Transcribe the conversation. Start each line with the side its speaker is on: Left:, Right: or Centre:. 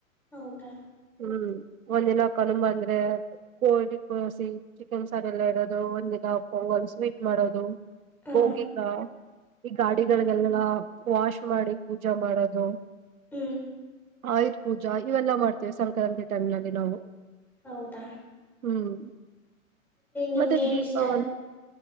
Centre: ಹೌದಾ.
Right: ಹ್ಮ್ ಒಂದಿನ ಕನಂಬ ಅಂದ್ರೆ ಕೋಳಿ ಕಳಸಿ ಚಿ ಚಿಕನ್ ಸಾರ್ ಎಲ್ಲ ಇಡೋದು ಒಂದಿನಾ ಪೊಂಗಲ್ ಸ್ವೀಟ್ ಮಾಡೋದು
Centre: ಹ
Right: ಬೋಗಿಗ ಈ ಗಾಡಿಗಳಿಗೆಲ್ಲ ವಾಶ್ ಮಾಡಿ ಪೂಜಾ ಮಾಡದು.
Centre: ಹ್ಮ್
Right: ಆಯಧ್ ಪೂಜಾ ಇವೆಲ್ಲ ಮಾಡ್ತಿವಿ ಸಂಕ್ರಾಂತಿ ಟೈಮ್ ನಲ್ಲಿ ನಾವು.
Centre: ಹೌದಾ.
Right: ಹ್ಮ್
Centre: ನಿಮ್ಗೇನ್
Right: ಮತ್ತೆ ದೀಪಾವಳಿ
Centre: ಇಷ್ಟ